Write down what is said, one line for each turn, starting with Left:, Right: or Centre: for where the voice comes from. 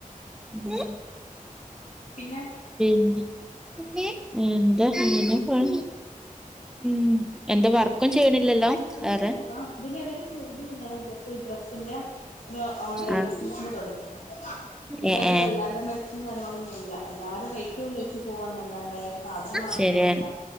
Centre: ഉം
Left: പിന്നെ
Centre: പിന്നെ എന്താ ഇങ്ങനെ പോണ്. ഉം എന്താ വർക്കും ചെയ്യണില്ലല്ലോ?
Left: ഇല്ലല്ല
Centre: വേറെ
Left: ആ ഇതിനിടയിൽ ചെയ്തിന് ഞാൻ ജസ്റ്റ് ഡ്രസ്സിന്റെ ഒരു ഓൺലൈൻ
Centre: ആഹ്
Left: ബിസിനസിന്റെ തുടങ്ങിനു പിന്നെ
Centre: ഏ
Left: അത്
Centre: ഏഹ്
Left: വല്ലാണ്ട് മെച്ചം കാര്യങ്ങളൊന്നുല്ല എല്ലാരും റേറ്റ് ചോദിച്ചു പോവാന്നല്ലാണ്ട് സാധനം വാങ്ങുന്നുല്ല
Centre: ശര്യേ